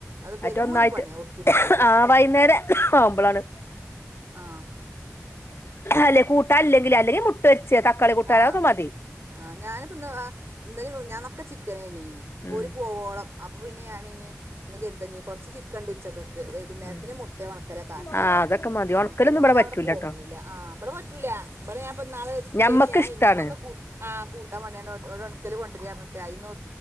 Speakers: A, on the right; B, on the left.
A: അത് പെരും
B: മറ്റൊന്നായിട്ട്
A: ഒര് പണിയ ഉരുട്ടിമാറല്.
B: ആ വൈകുന്നേരം ആവുമ്പോളാണ്
A: ആഹ്
B: അല്ലെ കൂട്ട ഇല്ലെങ്കില് അല്ലെങ്കിൽ മുട്ടുപൊരിച്ച് തക്കാളി കൂട്ടാനൊക്കെ
A: ആ
B: മതി
A: ആ ഞാനിപ്പോം ഇന്ന് ഇന്നലിം മിഞ്ഞനൊക്കെ ചിക്കനയിനിനി പോര്
B: ഉം
A: പോവോളം അപ്പൊ പിന്നെ ഞാനി ഇഞ് ഇന്ന് കെര്താ കൊറച്ച് ചിക്കണ്ട് ഉച്ചക്കെ വൈകുന്നേരത്തിന്
B: ഉം
A: മുട്ടെ ഉണക്കലെക്ക ആക്കിയത്
B: ആ അതൊക്കെ മതി ഉണക്കലൊന്നും
A: ഒണക്കല്
B: ഇവിടെ
A: നല്ല
B: പറ്റൂലട്ടോ
A: അവടെ പോവൂല. ആ ഇവിടെ പറ്റൂല ഇവിടെ ഞാൻ ഇപ്പ ഇന്നാള് എത്തുല്ലായിട്ട്
B: ഞമ്മക്ക് ഇഷ്ടാണ്
A: ഇൻക്കൊന്ന് കൂ ആ കൂട്ടാ പണിയാണ് ഒരു ഒണക്കൽ കൊണ്ടരിർഞ്ഞിട്ട് അതിന്ന്